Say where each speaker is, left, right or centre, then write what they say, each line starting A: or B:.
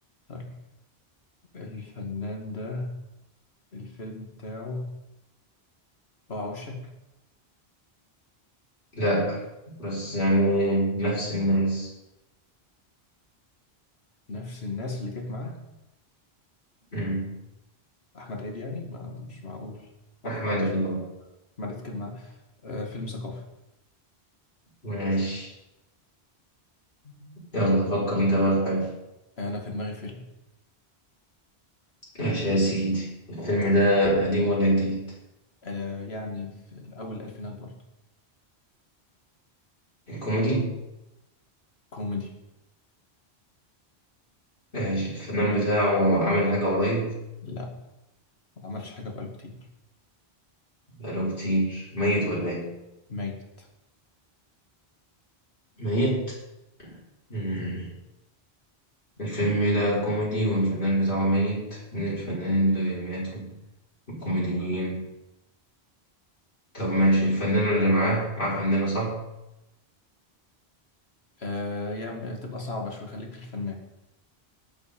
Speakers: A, on the left; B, on the left.
A: طيب الفنان ده الفيلم بتاعه بقى وشك
B: لا بس
A: مم.
B: يعني نفس الناس
A: نفس الناس اللي كانت معاه
B: مم.
A: أحمد عيد يعني ما مش معقول أحمد
B: أحمد
A: عيد ما عملش
B: عيد أهو
A: أحمد عيد كان معاه آه فيلم ثقافي
B: ماشي
A: مم.
B: يلا فكر أنت بقى في حاجة
A: أنا في دماغي فيلم
B: ماشي يا سيدي الفيلم ده قديم ولا جديد؟
A: آه يعني في أول الألفينات برضه
B: الكوميدي
A: كوميدي
B: ماشي الفنان بتاعه عامل حاجة قريب
A: لا ما عملش حاجة بقاله كتير
B: بقاله كتير ميت ولا إيه؟
A: ميت
B: ميت؟ مم. الفيلم ده كوميدي والفنان بتاعه ميت من الفنانين اللي ماتوا الكوميديين طب ماشي الفنانة اللي معاه معاه فنانة صح؟
A: آه يعني تبقى صعبة شوية خليك في الفنان